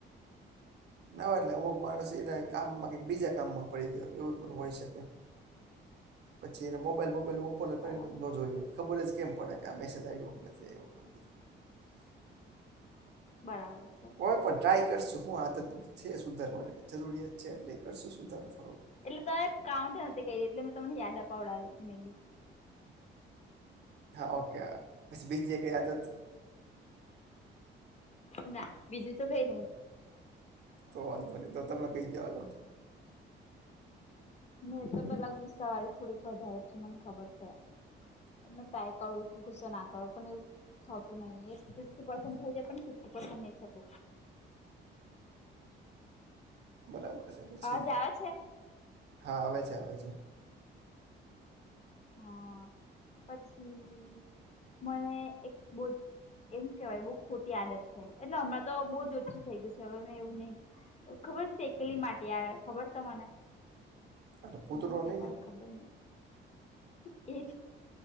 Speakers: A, on the right (about 60°); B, on the left (about 35°).
A: ના હોય એટલે અમુક માણસ એના એ કામમાં કંઈક બીજા કામમાં પડી ગયા હોય એવું પણ હોય શકે. પછી એને મોબાઈલ બોબાઈલે ઓપોને કરીને
B: બરાબર
A: ન જોયું હોય. ખબર જ કેમ પડે કે આ મેસેજ આવ્યો કે નથી આવ્યો આ બધું
B: બરાબર છે.
A: હોય પણ ટ્રાય કરશું હું આદત છે સુધારવાની જરૂરિયાત છે એટલે કરશું સુધારવા
B: એટલે તમે કાઉન્ટ એ નથી કયરી એટલે મેં તમને યાદ અપાવડાવ્યું મેનલી.
A: હા ઓકે હા પછી બીજી કઈ આદત.
B: ના બીજું તો કઈ નહિ.
A: તો વાંધો નહી તો તમે કઈ જવા દ્યો
B: ને એ તો પેલા ગુસ્સાવાળી થોડીક વધારે છે મને ખબર છે. તો મે ટ્રાય કરું કે ગુસ્સો ના કરો પણ એવું થતું નહી એક ફીફટી પર્સેન્ટ થઈ જાય પણ ફિફટી પર્સેન્ટ નહી થતું.
A: બરાબર છે પછી
B: અવાજ આવે છે
A: હા આવે છે આવે છે.
B: હા પછી મને એક બોજ એવું કેવાય બહુ ખોટી આદત છે એટલે હમણાં તો બહુ જ ઓછી થઈ ગયું છે હવે મેં એવું નહી ખબર છે કેલી માટી આવે ખબર તમને
A: અને
B: તમે
A: પૂતળો
B: હું કેતા
A: નહી ને
B: હોય ખબર નહી એજ.